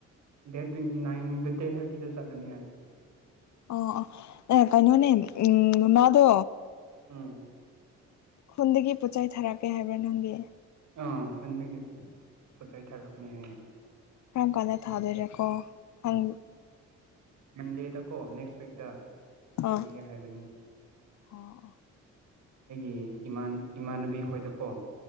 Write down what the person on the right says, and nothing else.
ꯗꯦꯠ ꯇ꯭ꯋꯦꯟꯇꯤ ꯅꯥꯏꯟꯗ ꯗꯦꯠ ꯊꯥꯔꯇꯤꯗ ꯆꯠꯂꯅꯤ ꯍꯥꯏ
ꯎꯝ
ꯑꯥ ꯈꯨꯟꯗꯒꯤ ꯄꯣꯠ ꯆꯩ ꯊꯥꯔꯛꯀꯅꯤ ꯍꯥꯏꯌꯦ
ꯃꯟꯗꯦꯗ ꯀꯣ ꯅꯦꯛꯁ ꯋꯤꯛꯇ ꯊꯥꯕꯤꯒꯦ
ꯍꯥꯏꯕꯅꯤ
ꯑꯩꯒꯤ ꯏꯃꯥꯟ ꯏꯃꯥꯟꯅꯕꯤ ꯈꯣꯏꯗꯀꯣ